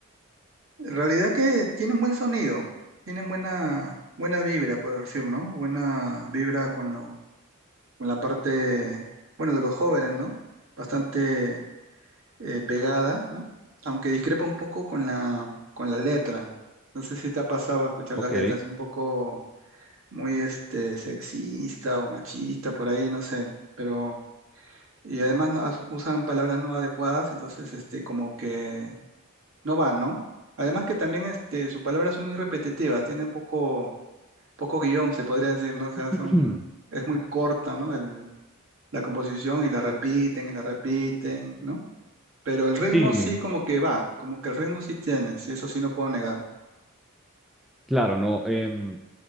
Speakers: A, on the right; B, in the centre.
A: En realidad que tienen buen sonido, tienen buena, buena vibra, puedo decir, ¿no? Buena vibra con, lo- con la parte, bueno, de los jóvenes, ¿no? Bastante eh, pegada, ¿no? Aunque discrepa un poco con la, con la letra. No sé si te ha pasado a escuchar
B: Ok.
A: la letra, es un poco muy este, sexista o machista, por ahí, no sé, pero... Y además no- as- usan palabras no adecuadas, entonces este, como que no va, ¿no? Además que también este, sus palabras son muy repetitivas, tienen poco, poco guión, se podría decir, ¿no? O sea,
B: <clears throat>
A: son, es muy corta, ¿no? El, la composición y la repiten y la repiten, ¿no? Pero el ritmo
B: Sí,
A: sí como que va, como que el ritmo sí tiene, sí, eso sí no puedo negar.
B: claro, no. em,